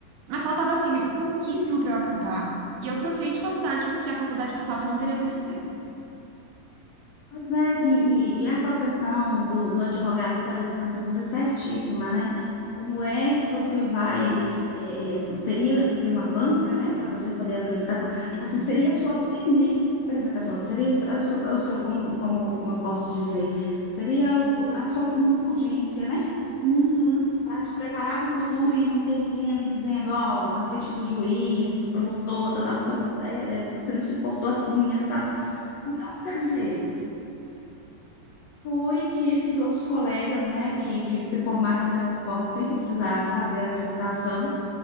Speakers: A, on the right (about 85°); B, on the left (about 85°).
A: Mas faltava, assim, pouquíssimo pra eu acabar. E eu troquei de faculdade, porque a faculdade que eu tava não teria TCC.
B: Pois é, e, e- e a profissão do, do advogado, por exemplo, assim, você é certíssima, né? Como é que você vai, é, é, teria que ter uma banca, né, para você poder apresentar? co-
A: Isso.
B: Assim, seria a sua primeira apresentação, seria o seu, o seu como, como, como eu posso dizer, seria o- o- a sua primeira audiência, né?
A: Uhum,
B: Para te preparar para o futuro e não ter ninguém ali dizendo, ó, na frente do juiz, do promotor, tal, tal, você, não- é, é, você não se portou assim, assado. Então, quer dizer foi que esses outros colegas, né, que, que se formaram dessa forma, sem precisar fazer a apresentação,